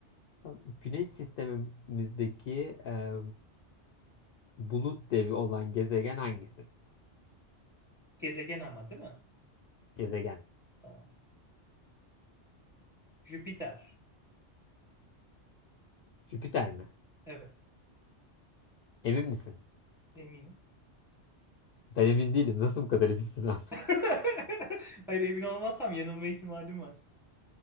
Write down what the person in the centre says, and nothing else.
Gezegen ama değil mi?
Tamam. Jüpiter.
Evet.
Eminim.
<laughs> Hayır emin olmazsam yanılma ihtimalim var.